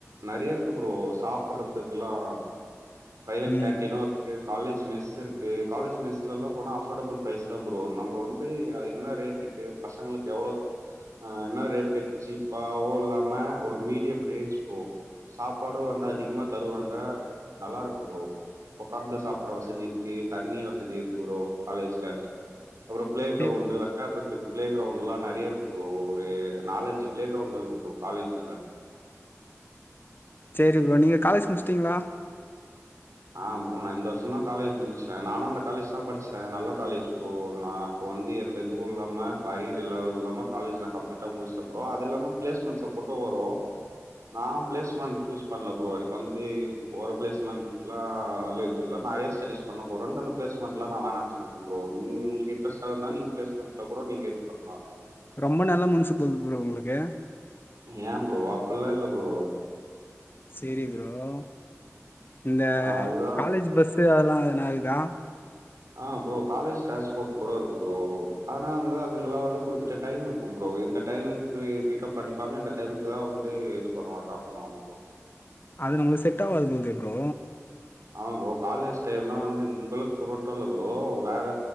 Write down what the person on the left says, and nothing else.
ம்.
சரி
சேரி ப்ரோ நீங்க காலேஜ் முட்ச்ட்டீங்ளா
ரொம்ப நல்ல மனசு போல ப்ரோ உங்களுக்கு
செரி ப்ரோ இந்த
காலேஜ் பஸ்சு அதெல்லா எதனா இருக்குதா
அது நம்மளுக்கு செட் ஆவாது போல்தே ப்ரோ